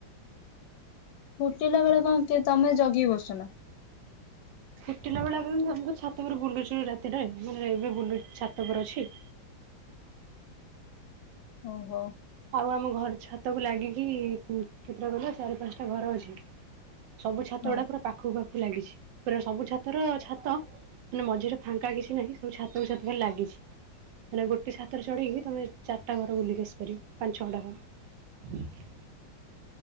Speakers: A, on the left (about 75°); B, on the right (about 70°).
A: ଫୁଟିଲା ବେଳେ କଣ କି ତମେ ଜଗି ବତ୍ସ ନା
B: ଫୁଟିଲା ବେଳେ ଆମେ ଆମ ଛାତ ଉପରେ ବୁଲୁଛୁ ରାତିରେ ମାନେ ଏବେ ବୁଲୁ ଛାତ ଉପରେ ଅଛି।
A: ଓହୋ
B: ଆଉ ଆମ ଘର ଛାତକୁ ଲାଗିକି କେତେଟା ଗଲା ଚାରି ପାଞ୍ଚଟା ଘର ଅଛି। ସବୁ ଛାତ
A: ହଁ
B: ଗୁଡା ପୁରା ପାଖକୁ ପାଖକୁ ଲାଗିଛି ପୁରା ସବୁ ଛାତର ଛାତ ମାନେ ମଝିରେ ଫାଙ୍କା କିଛି ନାହିଁ ସବୁ ଛାତ କୁ ଛାତ ଲାଗିଚି। ମାନେ ଗୋଟିଏ ଛାତରେ ଚଡ଼ିକି ତମେ ଚାର୍ତା ଘର ବୁଲି ଆସିପାରିବ ପାଞ୍ଚ ଛଅ ଖଣ୍ଡେ